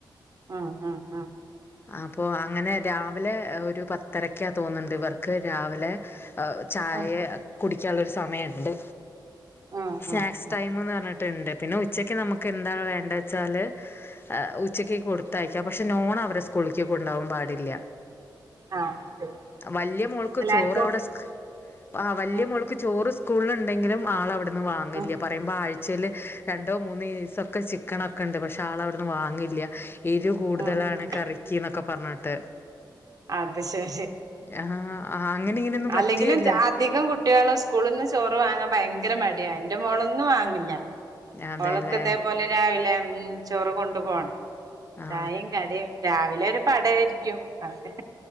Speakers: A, on the right; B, on the left.
A: ഉം ഉം ഉം
B: അപ്പൊ അങ്ങനെ രാവിലെ ഒരു പത്തരക്കാ തോന്നുന്നുണ്ട് ഇവർക്ക് രാവിലെ അ ചായയെ
A: ഉം
B: കുടിക്കാനുള്ളൊരു സമയണ്ട്.
A: ഉം
B: സ്നാക്സ്
A: ഉം ഉം
B: ടൈംന്ന് പറഞ്ഞിട്ടുണ്ട് പിന്നെ ഉച്ചക്ക് നമുക്ക് എന്താ വേണ്ട വെച്ചാല് ഉച്ചക്ക് കൊടുത്തയക്കാ പക്ഷെ നോൺ അവരെ സ്കൂളിലെക്ക് കൊണ്ടാകൻ പാടില്ല
A: ആഹ് ശരി
B: വലിയ മോൾക്ക്
A: എല്ലാർക്കും
B: ചോറവിടെ ആ വല്യയ
A: ഉം
B: മോള്ക്ക് ചോറ് സ്കൂളിൽ ണ്ടെങ്കിലും ആൾവിടന്ന് വാങ്ങില്ല
A: ഉം
B: പറയുമ്പോ ആഴ്ചയില് രണ്ടോ മൂന്നോ ഈസക്കെ ചിക്കനൊക്കെ ണ്ട് പക്ഷേ ആളവിടുന്ന് വാങ്ങില്ല എരി കൂടുതലാണ്
A: ഉം ഉം
B: കറിക് ചീ ന്നൊക്കെ പറഞ്ഞിട്ട്
A: അത് ശരി
B: ആ അങ്ങനെ ഇങ്ങനെയൊന്നും
A: അല്ലെങ്കിലും
B: പറ്റുകയില്ല
A: അധികം കു- ട്ട്യാൽ സ്കൂളിൽ നിന്ന് ചോറ് വാങ്ങാൻ ഭയങ്കര മടിയാണ് എന്റെ മോളൊന്നും വാങ്ങില്ല
B: അതെല്ലേ
A: ഒള്ക്കിതേപോലെ രാവിലെ ചോറ് കൊണ്ടു പോകണം
B: ആ
A: ചയിം കടിം രാവിലെ ഒരു പട ആയിരിക്കും അവക്കെ